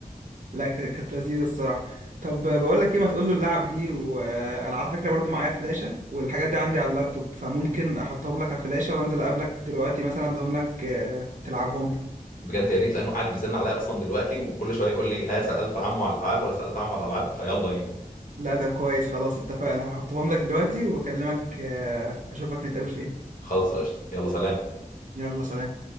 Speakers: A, on the right; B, on the left.
A: لا ك- كانت لذيذة الصراحة طب بقول لك ايه ما تقول له اللعب دي وانا على فكرة برضو معايا فلاشة والحاجات دي عندي على اللابتوب فممكن احطهم لك على الفلاشة وانزل اقابلك دلوقتي مثلا اديهم لك آه، تلعبهم له
B: بجد يا ريت لانه قاعد بيزن عليا اصلا دلوقتي وكل شويه يقول لي ها سالت عمو على الالعاب ولا سالت عمو على الالعاب فيلا بينا
A: لا طب كويس خلاص اتفقنا هحطهم لك دلوقتي واكلمك آه، اشوفك نتقابل فين
B: خالصه قشطه يلا سلام
A: يلا سلام